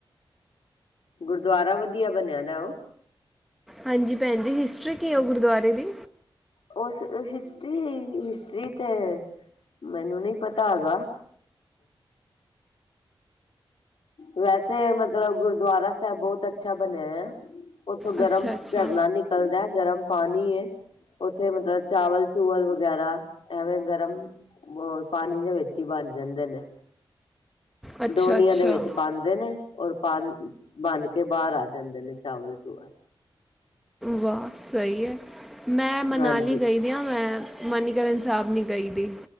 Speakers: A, on the left; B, in the centre.
A: ਗੁਰਦੁਆਰਾ ਵਧੀਆ ਬਣਿਐ ਦੇ ਓ।
B: ਹਾਂਜੀ ਭੈਣ ਜੀ, ਹਿਸਟਰੀ ਕੀ ਏ ਗੁਰਦੁਆਰੇ ਦੀ?
A: ਓਸ ਹਿਸਟਰੀ, ਹਿਸਟਰੀ ਤੇ ਮੈਨੂੰ ਨੀ ਪਤਾ ਹੈਗਾ। ਵੈਸੇ ਮਤਲਬ ਗੁਰਦੁਆਰਾ ਸੈਬ ਬੋਤ ਅੱਛਾ ਬਣਿਆ ਐ, ਉਥੋਂ ਗਰਮ
B: ਅੱਛਾ ਅੱਛਾ
A: ਝਰਨਾ ਨਿ ਨਿਕਲਦੈ ਗਰਮ ਪਾਨੀ ਏ, ਉਥੇ ਮਤਲਬ ਚਾਵਲ ਚੂਅਲ ਵਗੈਰਾ ਐਵੇਂ ਗਰਮ ਬੋ ਪਾਨੀ ਦੇ ਵਿਚ ਈ ਬਣ ਜਾਂਦੇ ਨੇ।
B: ਅੱਛਾ
A: ਦੋ ਨੀਆਂ
B: ਅੱਛਾ
A: ਦੇ ਵਿਚ ਬਾਨ ਦੇ ਨੇ ਔਰ ਪਾਨ ਬਣ ਕੇ ਬਾਰ ਆ ਜਾਂਦੇ ਨੇ ਚਾਵਲ-ਚੂਵਲ।
B: ਵਾਅ ਸਈ ਐ, ਮੈਂ ਮਨਾਲੀ
A: ਹਾਂਜੀ
B: ਗਈ ਦੀਆ ਮੈਂ ਮਨੀਕਰਨ ਸਾਬ ਨੀ ਗਈ ਦੀ,